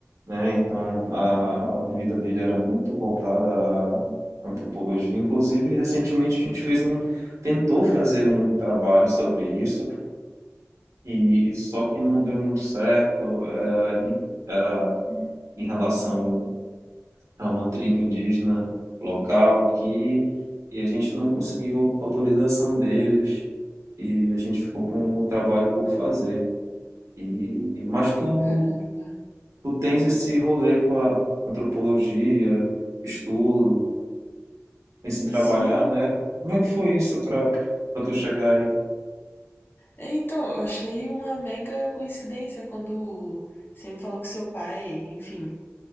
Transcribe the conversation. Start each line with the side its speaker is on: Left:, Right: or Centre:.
Right: né? Então a, a vida dele era muito voltada à antropologia. Inclusive, recentemente a gente fez um, tentou fazer um trabalho sobre isso, e só que não deu muito certo. eh, em- Era em relação a uma tribo indígena local aqui e a gente não conseguiu autorização deles e a gente ficou com o trabalho por fazer. E, mas tu,
Left: Caramba.
Right: tu tens esse rolê com a antropologia, estudo, esse trabalhar,
Left: Sim.
Right: né? Como é que foi isso para para tu chegar aí?
Left: Então, eu achei uma mega coincidência quando você me falou que seu pai, enfim,